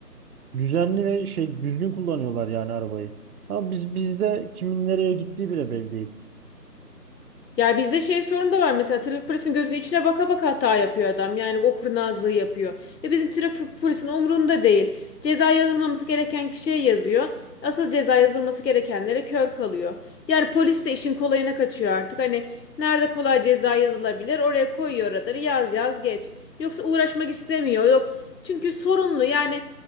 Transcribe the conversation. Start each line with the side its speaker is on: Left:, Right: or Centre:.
Right: düzenli ve şey düzgün kullanıyorlar yani arabayı. Ama biz bizde kimin nereye gittiği bile belli değil.
Left: Ya bizde şey sorun da var mesela trafik polisinin gözünün içine baka baka hata yapıyor adam. Yani o kurnazlığı yapıyor. Ve bizim trafik polisinin umurunda değil. Ceza yazılmaması gereken kişiye yazıyor. Asıl ceza yazılması gerekenlere kör kalıyor. Yani polis de işin kolayına kaçıyor artık. Hani nerede kolay ceza yazılabilir oraya koyuyor radarı yaz yaz geç. Yoksa uğraşmak istemiyor yok. Çünkü sorunlu yani